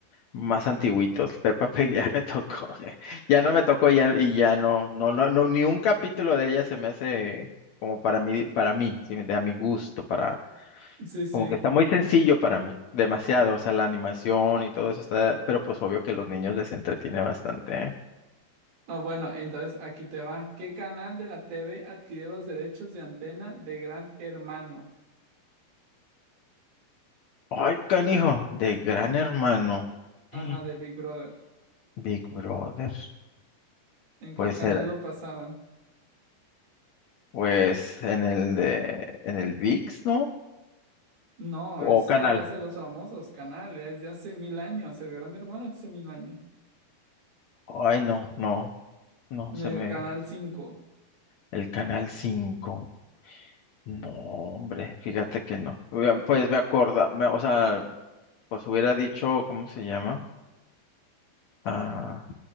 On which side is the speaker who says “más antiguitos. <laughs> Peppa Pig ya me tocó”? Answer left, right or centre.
Left